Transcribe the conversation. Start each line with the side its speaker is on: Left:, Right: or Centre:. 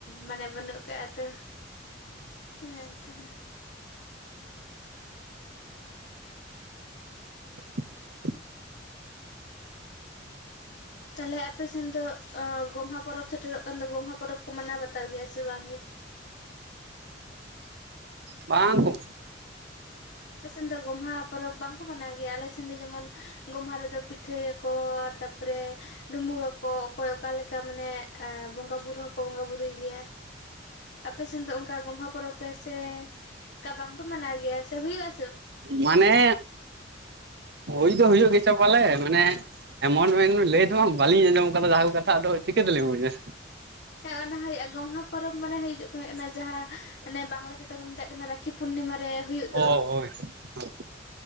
Left: ᱢᱟᱱᱮ ᱵᱟᱹᱱᱩᱜ ᱠᱟᱜᱼᱟ ᱛᱚ᱾ ᱦᱮᱸ ᱱᱛᱮᱱᱟ
Right: <unintelligible>
Left: ᱛᱟᱞᱦᱮ ᱟᱯᱮ ᱥᱮᱱ ᱫᱚ ᱜᱚᱢᱦᱟ ᱯᱚᱨᱚᱵᱽ ᱥᱮᱴᱮᱨᱚᱜ ᱠᱟᱱ ᱫᱚ ᱜᱚᱢᱦᱟ ᱯᱚᱨᱚᱵᱽ ᱠᱩ ᱢᱟᱱᱟᱣ ᱵᱟᱛᱟᱣ ᱜᱮᱭᱟ ᱥᱮ ᱵᱟᱝ ᱜᱮ?
Right: ᱵᱟᱝ ᱠᱚ
Left: ᱟᱯᱮ ᱥᱮᱱ ᱫᱚ ᱜᱚᱢᱦᱟ ᱯᱚᱨᱚᱵᱽ ᱵᱟᱝᱠᱚ ᱢᱟᱱᱟᱣ ᱜᱮᱭᱟ ᱟᱞᱮ ᱥᱮᱱ ᱫᱚ ᱡᱮᱢᱚᱱ ᱜᱚᱢᱦᱟ ᱨᱮᱫᱚ ᱯᱤᱴᱷᱟᱹᱭᱟ ᱠᱚ ᱛᱟᱯᱚᱨᱮ ᱰᱩᱵᱩᱜ ᱟᱠᱚ ᱚᱠᱚᱭ ᱚᱠᱟᱞᱮᱠᱟ ᱢᱟᱱᱮ ᱵᱚᱸᱜᱟ ᱵᱩᱨᱩ ᱦᱚᱸᱠᱚ ᱵᱚᱸᱜᱟ ᱵᱩᱨᱩᱭ ᱜᱮᱭᱟ᱾ ᱟᱯᱮ ᱥᱮᱱ ᱫᱚ ᱚᱱᱠᱟ ᱜᱚᱢᱦᱟ ᱯᱚᱨᱚᱵᱽ ᱨᱮ ᱥᱮ ᱚᱱᱠᱟ ᱵᱟᱝᱯᱮ ᱢᱟᱱᱟᱣ ᱜᱮᱭᱟ ᱥᱮ ᱦᱩᱭᱩᱜᱼᱟ?
Right: ᱢᱟᱱᱮ ᱦᱩᱭ ᱫᱚ ᱦᱩᱭᱩᱜ ᱜᱮᱪᱚ ᱯᱟᱞᱮ ᱢᱟᱱᱮ ᱮᱢᱚᱱ ᱢᱮᱱ ᱢᱮ ᱞᱟᱹᱭ ᱫᱚᱦᱟᱸᱜ ᱵᱟᱹᱞᱤᱧ ᱟᱸᱡᱚᱢ ᱠᱟᱫᱟ ᱡᱟᱦᱟᱸ ᱠᱚ ᱠᱟᱛᱷᱟ ᱟᱫᱚ ᱪᱤᱠᱟᱹ ᱛᱮᱞᱤᱧ ᱵᱩᱡᱟ᱾
Left: ᱦᱮᱸ ᱚᱱᱟ ᱦᱩᱭᱩᱜᱼᱟ ᱜᱚᱢᱦᱟ ᱯᱚᱨᱚᱵᱽ ᱢᱟᱱᱮ <unintelligible> ᱠᱟᱱᱟ ᱡᱟᱦᱟᱸ ᱦᱟᱱᱮ ᱵᱟᱝᱞᱟ ᱛᱮᱫᱚ ᱠᱚ ᱢᱮᱛᱟᱜ ᱠᱟᱱᱟ ᱨᱟᱠᱷᱤ ᱯᱩᱨᱱᱤᱢᱟ ᱨᱮ ᱦᱩᱭᱩᱜ ᱫᱚ᱾
Right: ᱚ ᱦᱳᱭ <inaudible>